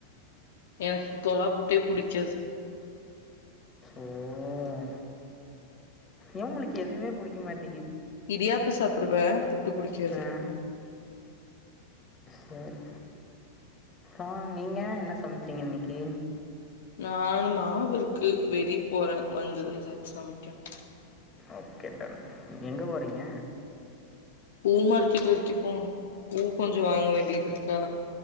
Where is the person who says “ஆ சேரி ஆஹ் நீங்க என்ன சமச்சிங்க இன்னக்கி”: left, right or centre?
Left